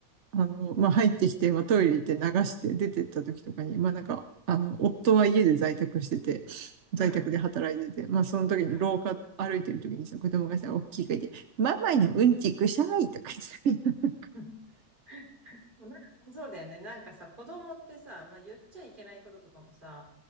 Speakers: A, on the right; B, on the right.
A: あ、あの、まあ入ってきて、まあトイレ行って流して出てった時とかに、まあなんか、あの、夫は家で在宅してて、在宅で働いてて、
B: うん、
A: まあその時に廊下歩いてる時にさ、
B: う
A: 子供がさ、大きい声で、ママのうんちくしゃいとか言ってた。
B: ん。なそうだよね。なんかさ、子供ってさ、まあ言っちゃいけないこととかもさ、